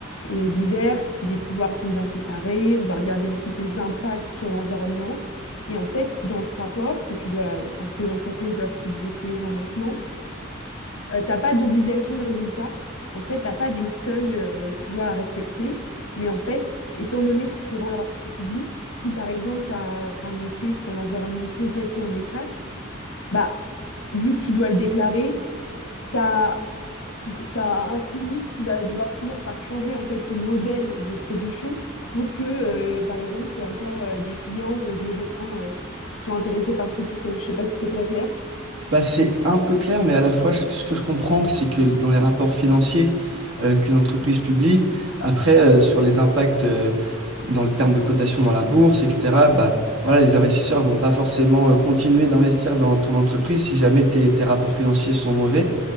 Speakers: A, on the left; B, on the right.
A: est divers, si les pouvoirs sont bien séparés, on va regarder aussi tes impacts sur l'environnement. Et en fait, dans ce rapport que tu dois, enfin, que les entreprises doivent publier tous les ans maintenant, euh, t'as pas d'obligation de résultat. Donc, en fait, t'as pas des seuils, euh, tu vois, à respecter. Mais en fait, étant donné que tu rends le rapport public, si par exemple, tu as un, un effet sur l'environnement complètement néfaste, bah, vu que tu dois le déclarer, ça, tu- ça insinue que tu vas devoir finir par changer en fait ton modèle de production pour que, euh, par exemple, tu aies encore euh, des clients ou des gens euh, qui sont intéressés par ce que tu fais. Je sais pas si c'est très clair.
B: Bah, c'est un peu clair, mais à la fois, je- ce que je comprends, c'est que dans les rapports financiers euh, qu'une entreprise publie, après, euh, sur les impacts euh, dans le terme de cotation dans la bourse, etc., bah, voilà, les investisseurs vont pas forcément euh, continuer d'investir dans ton entreprise si jamais tes, tes rapports financiers sont mauvais.